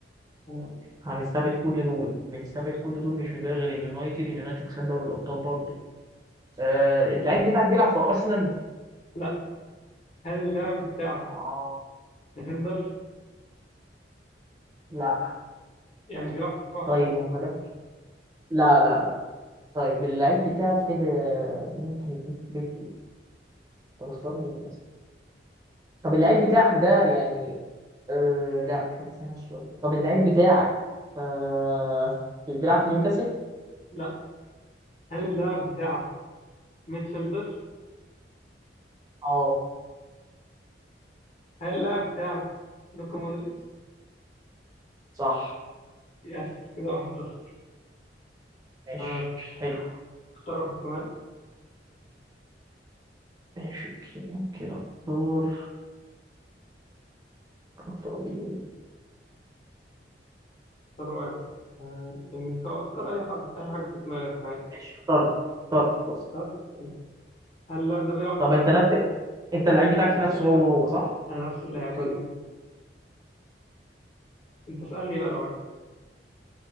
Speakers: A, on the left; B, on the right.
A: آه.
B: هنستبعد كل دول بنستبعد كل دول مش بنبقى غير اليونايتد اليونايتد خد دوري الابطال برضه آه اللعيب بتاعك بيلعب في ارسنال
A: لا هل اللاعب بتاعك
B: اه
A: ديفندر؟
B: لا
A: يعني مش بيلعب في الدفاع خالص
B: طيب ما هو ما ده مش لا لا لا طيب
A: ماشي
B: اللعيب بتاعك كده ممكن يكون فريق ايه طب اختار مين مثلا طب اللعيب بتاعك ده يعني آه لا طب استنى شويه طب اللعيب بتاعك آه بيلعب في نيوكاسل
A: لا هل اللاعب بتاعك ميدفيلدر؟
B: اه
A: هل اللاعب بتاعك لوكا مودريتش
B: صح
A: يس كده واحد صفر
B: ماشي
A: آه،
B: حلو
A: اختار واحد كمان
B: ماشي اوكي ممكن اختار ممكن اختار مين
A: اختار واحد آه، يعني انت اختار اي حد اي حاجه في دماغك عادي
B: ماشي اخترت اخترت خلاص
A: اختار طيب. هل اللاعب ده بيلعب
B: طب انت نفس انت اللعيب بتاعك
A: نفس
B: نفسه
A: اللاعب
B: هو هو صح؟
A: انا نفس اللاعب
B: اوكي
A: عادي جدا انت اسالني بقى لو عايز